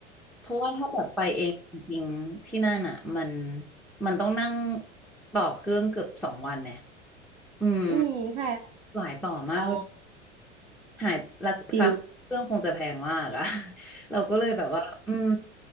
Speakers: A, in the centre; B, on the right.
A: เพราะว่าถ้าแบบไปเองจริงๆที่นั่นอ่ะมันมันต้องนั่งต่อเครื่องเกือบสองวันเนี่ยอืม
B: อืมใช่ค่ะ
A: หลายต่อมาก
B: อ๋อ
A: หายราคาเครื่องคงจะแพงมากอะ
B: จริง
A: <laughs> เราก็เลยแบบว่าอืม